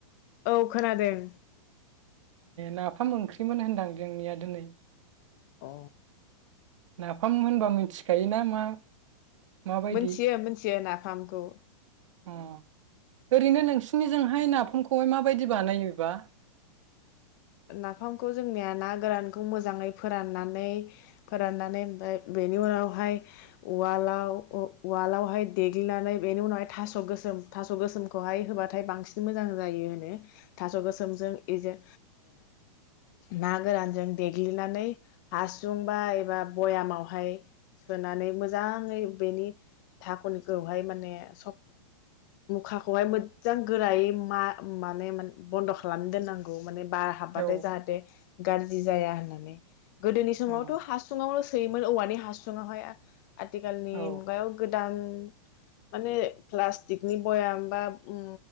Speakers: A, on the left (about 35°); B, on the right (about 65°).
A: औ खोनादों
B: नाफाम ओंख्रिमोन होनदां जोंनिया दिनै
A: अ
B: नाफाम होनबा मिथिखायो ना मा माबायदि
A: मोनथियो मोनथियो नाफामखौ
B: अ ओरैनो नोंसिनिजोंहाय नाफामखौहाय माबायदि बानायोबा
A: नाफामखौ जोंनिया ना गोरानखौ मोजाङै फोराननानै फोराननानै ओमफफ्राय बेनि उनावहाय उवालाव उवालावहाय देग्लिनानै बेनि उनावहाय थास' गोसोम थास' गोसोमखौहाय होबाथाय बांसिन मोजां जायो होनो थास' गोसोमजों इजों ना गोरानजों देग्लिनानै हासुंबा एबा भयामावहाय सोनानै मोजाङै बेनि धाखनिखौहाय माने सब मुखाखौहाय मोजां गोरायै म माने बन्द' खालामनो दोननांगौ माने बार हाबा
B: औ
A: जाहाथे गाज्रि जाया होननानै गोदोनि समावथ'
B: औ
A: हासुुंआवल' सोयोमोन औवानि हासुंआवहाय आथिखालनि
B: औ
A: मुगायाव गोदान माने प्लास्टिकनि बयाम बा उ